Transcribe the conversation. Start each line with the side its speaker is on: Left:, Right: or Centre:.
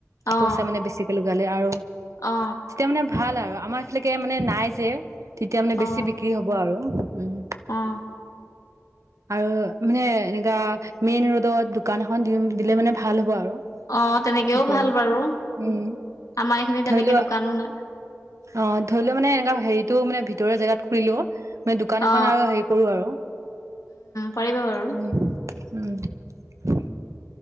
Left: অ
Right: পইচা মানে বেছিকে লগালে আৰু তেতিয়া
Left: অ
Right: মানে ভাল আৰু আমাৰ <unintelligible> মানে নাই যে তেতিয়া মানে বেছি
Left: অ
Right: বিক্ৰীৰ হ'ব আৰু উম।
Left: অ
Right: আৰু মানে এনেকা মেইন ৰোডত দোকান এখন দি দিলে মানে ভাল হ'ব আৰু
Left: অ' তেনেকেও
Right: তেতিয়া
Left: ভাল বাৰু
Right: উম
Left: আমাৰ এইখিনি
Right: ধৰি
Left: তেনেকে
Right: লোৱা
Left: দোকানো নাই
Right: অ' ধৰি লোৱা মানে এনেকা হেৰিতটো মানে ভিতৰোৱা জেগাত কৰিলোঁ মানে দোকান এখন
Left: অ
Right: আৰু হেৰি কৰোঁ আৰু উম।
Left: পাৰিবা বাৰু
Right: উম,